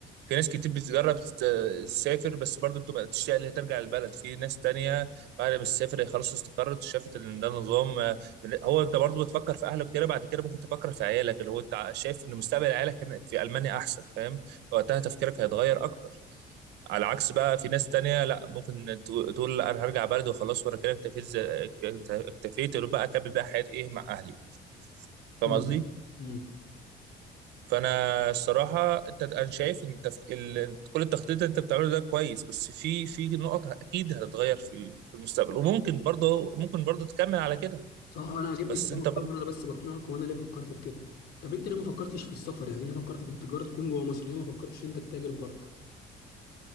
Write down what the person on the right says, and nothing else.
في ناس كتير بتجرب تت- تسافر بس برضو بتبقى تشتاق اللي هي ترجع البلد في ناس تانية بعد ما تسافر هي خلاص استقرت وشافت ان ده نظام آه، هو انت برضو بتفكر في اهلك كده بعد كده ممكن تفكر في عيالك اللي هو انت شايف ان مستقبل عيالك هنا في المانيا احسن فاهم وقتها تفكيرك هيتغير اكتر على عكس بقى في ناس تانية لا ممكن تقو- تقول لا انا هرجع بلدي وخلاص وانا كده اكتفيت زي- اكتفيت يبقى بقى اكمل بقى حياتي ايه مع اهلي فاهم
قصدي؟
فانا الصراحه انت انا شايف ان التف... ال... كل التخطيط اللي انت بتعمله ده كويس بس في في نقط اكيد هتتغير في ال- في المستقبل وممكن برضه ممكن برضه تكمل على كده
بس
انت